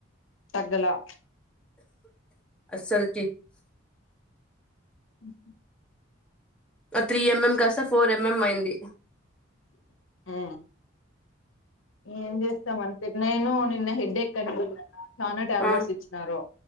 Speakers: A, on the left; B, in the centre.
A: తగ్గలా
B: అసల్ కి
A: ఉహు
B: అ త్రీ ఎంఎం కాస్తా ఫోర్ ఎంఎం అయింది
A: ఊ ఏం చేస్తం అంతె నేను నిన్న హెడ్డెక్ అన్కున్న చానా టాబ్లెట్స్
B: ఆ
A: ఇచ్చినారు